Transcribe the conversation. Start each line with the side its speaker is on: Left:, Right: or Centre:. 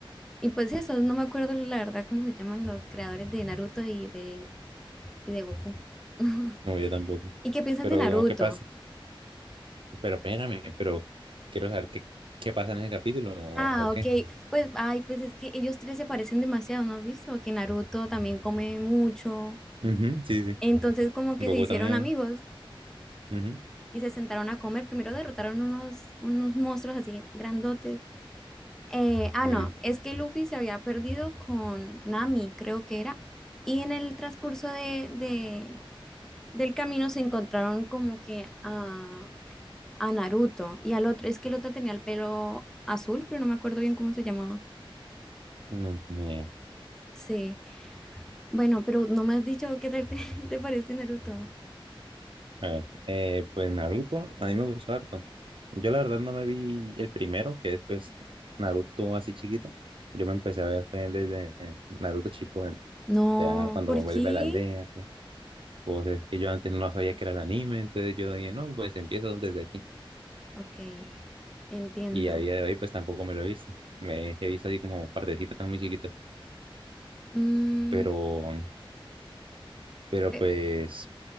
Centre: y pues eso, no me acuerdo la verdad cómo se llaman los creadores de Naruto y de y de Goku. <laughs>
Right: No, yo tampoco.
Centre: ¿Y qué piensas
Right: Pero,
Centre: de Naruto?
Right: ¿qué pasa? Pero espérame, pero quiero saber qué, qué pasa en ese capítulo o,
Centre: Ah,
Right: o qué.
Centre: ok. Pues, ay, pues es que ellos tres se parecen demasiado, ¿no has visto? Que Naruto también come mucho.
Right: Ujú, sí, sí.
Centre: Entonces,
Right: sí.
Centre: como que
Right: Goku
Centre: se hicieron
Right: también.
Centre: amigos
Right: Ujú.
Centre: y se sentaron a comer. Primero derrotaron unos, unos monstruos así grandotes. Eh, ah,
Right: Mm,
Centre: no, es que Luffy se había perdido con Nami, creo que era. Y en el transcurso de, de- del camino se encontraron como que a, a Naruto y al otro. Es que el otro tenía el pelo azul, pero no me acuerdo bien cómo se llamaba.
Right: mm, yeah.
Centre: Sí. Bueno, pero no me has dicho qué tal te, <laughs> te parece Naruto.
Right: A ver, eh, pues Naruto, a mí me gustó harto. Yo la verdad no me vi el primero, que es pues Naruto así chiquito. Yo me empecé a ver fue desde Naruto Shippuden, ¿no?
Centre: No,
Right: ya cuando
Centre: ¿por
Right: vuelve
Centre: qué?
Right: a la aldea. Pues pues, es que yo antes no sabía que era el anime, entonces yo dije, no, pues empiezo desde aquí.
Centre: Ok, entiendo.
Right: Y a día de hoy pues tampoco me lo he visto. Me he visto así como partecitas muy chiquitas.
Centre: Mm,
Right: Pero, pero
Centre: eh,
Right: pues